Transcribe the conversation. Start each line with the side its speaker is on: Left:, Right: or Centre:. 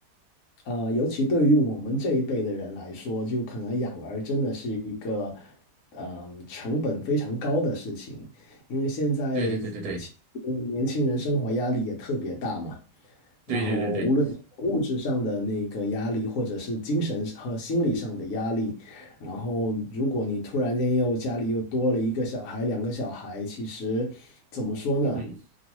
Left: 呃，尤其对于我们这一辈的人来说，就可能养儿真的是一个，嗯、成本非常高的事情，因为现在其实年轻人生活压力也特别大嘛。
Right: 对对对对对
Left: 然后无论物质上的那个压力，
Right: 对对对对，
Left: 或者是精神和心理上的压力，然后如果你突然间又家里又多了一个小孩、两个小孩，其实怎么说呢？
Right: 嗯哼，